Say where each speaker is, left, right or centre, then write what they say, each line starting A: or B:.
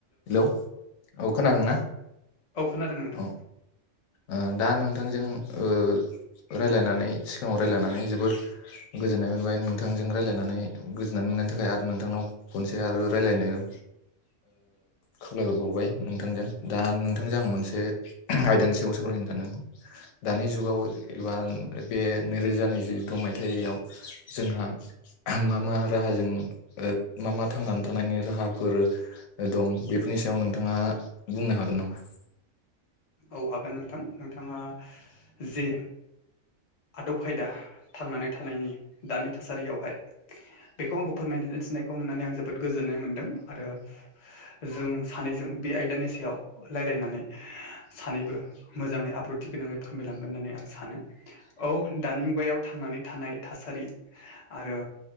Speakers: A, on the left (about 85°); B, on the left (about 45°).
A: Hello औ खोनादोंना
B: औ खोनादों नोंथां
A: औ ओ दा नोंथांजों ओ रायलायनानै सिगाङाव रायलायनानै जोबोर गोजोननाय मोनबाय नोंथांजों रायज्लायनानै गोजोननाय मोननायनि थाखाय आरो नोंथांनाव खनसे आरो रायज्लायनो खावलायहरबावबाय नोंथांजों दा नोंथांजों आं मोनसे आयदानि सायाव सावरायनो सानदों दानि जुगाव एबा बे नैरोजा नैजिद' मायथाइयाव जोंहा मा मा राहाजों मा मा थांनानै थानायनि राहाफोर दं बेफोरनि सायाव नोंथाङा बुंनो हागोन नामा
B: औ हागोन नोंथां नोंथाङा जे आदब खायदा थांनानै थानायनि दानि थासारियावहाय बेखौ आंखौ फोरमायथिनो थिनायखौ मोननानै आं जोबोद गोजोननाय मोनदों आरो जों सानैजों बे आयदानि सायाव रायलायनानै सानैबो मोजाङै आब्रुथि गोनाङै फोरमायलांगोन होननानै आं सानो औ दानि मुगायाव थांनानै थानाय थासारि आरो